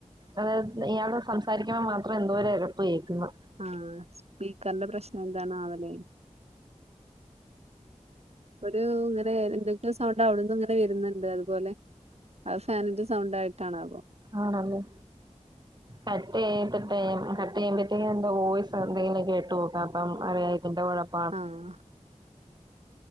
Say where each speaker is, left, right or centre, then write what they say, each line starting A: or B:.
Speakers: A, on the right; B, on the right.
A: അതത് ഇയാളോട് സംസാരിക്കുമ്പോൾമാത്രം എന്തോരു എരപ്പ് കേക്കുന്നു
B: ആഹ് സ്പീക്കറിന്റെ പ്രശ്നം എന്താണ് ആവലെ ഒരു ഇങ്ങനെ എന്തൊക്കെ സൗണ്ട് അവിടന്ന് ഇങ്ങനെ വരുന്നുണ്ട് അതുപോലെ അത് ഫാനിന്റെ സൗണ്ട് ആയിട്ടാണവോ
A: ആണല്ലേ കട്ട് ചെയ്തിട്ടേ കട്ട് ചെയ്യുമ്പഴത്തേക്കും എന്തോ വോയ്സ് എന്തെങ്കിലും കേട്ട് നോക്ക്‌ അപ്പം അറിയായിരിക്കും എന്താ കൊഴപ്പം
B: ആഹ്